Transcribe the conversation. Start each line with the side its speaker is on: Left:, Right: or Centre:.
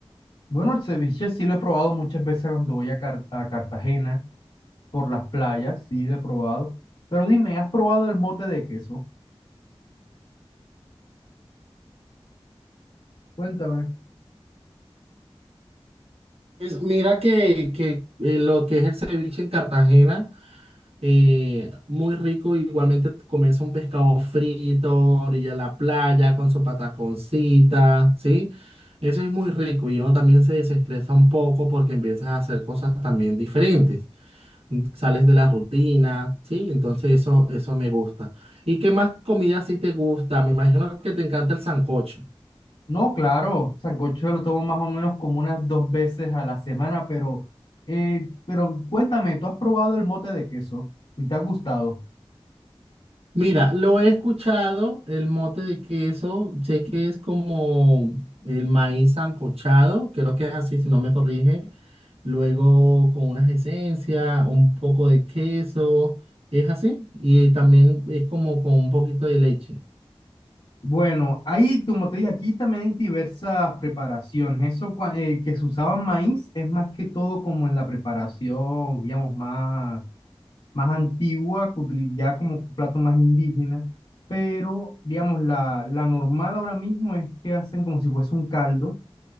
Left: Bueno, el ceviche sí lo he probado muchas veces cuando voy a, Car- a Cartagena, por las playas, sí lo he probado. Pero dime, ¿has probado el mote de queso? Cuéntame.
Right: Pues mira que, que eh, lo que es el ceviche en Cartagena. eh, muy rico, igualmente comerse un pescado frito, orilla de la playa, con su pataconcita, ¿sí? Eso es muy rico y uno también se desestresa un poco porque empiezas a hacer cosas también diferentes, mm, sales de la rutina, ¿sí? Entonces eso, eso me gusta. ¿Y qué más comida sí te gusta? Me imagino que te encanta el sancocho.
Left: No, claro, sancocho lo tomo más o menos como unas dos veces a la semana, pero, eh, pero cuéntame, ¿tú has probado el mote de queso y te ha gustado?
Right: Mira, lo he escuchado, el mote de queso, sé que es como el maíz sancochado, creo que es así, si no me corrige. Luego con unas esencias, un poco de queso, es así. Y también es como con un poquito de leche.
Left: Bueno, ahí, como te dije, aquí también hay diversas preparaciones. Eso cua- eh, que se usaba maíz es más que todo como en la preparación, digamos, más más antigua, que utilizaba como plato más indígena, pero digamos, la, la normal ahora mismo es que hacen como si fuese un caldo,